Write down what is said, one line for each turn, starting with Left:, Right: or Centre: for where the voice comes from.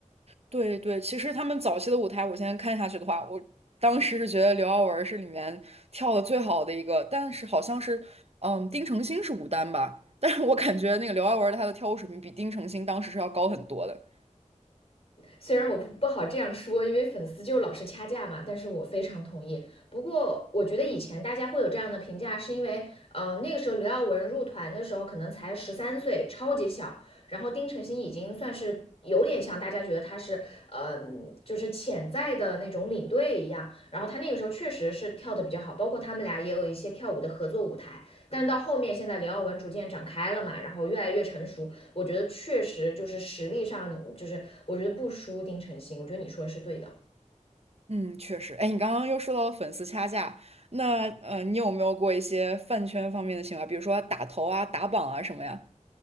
Right: 对对，其实他们早期的舞台，我现在看下去的话，我当时是觉得刘耀文是里面跳的最好的一个，但是好像是，嗯，丁程鑫是舞担吧，但是我感觉那个刘耀文他的跳舞水平比丁程鑫当时是要高很多的。
Left: 虽然我不不好这样说，因为粉丝就老是掐架嘛，但是我非常同意。不过我觉得以前大家会有这样的评价，是因为呃那个时候刘耀文入团的时候可能才十三岁，超级小，然后丁程鑫已经算是。有点像大家觉得他是，呃，就是潜在的那种领队一样。然后他那个时候确实是跳的比较好，包括他们俩也有一些跳舞的合作舞台。但到后面，现在刘耀文逐渐长开了嘛，然后越来越成熟，我觉得确实就是实力上，就是我觉得不输丁程鑫，我觉得你说的是对的。
Right: 嗯，确实。哎，你刚刚又说到了粉丝掐架，那呃，你有没有过一些饭圈方面的行为，比如说打头啊、打榜啊什么呀？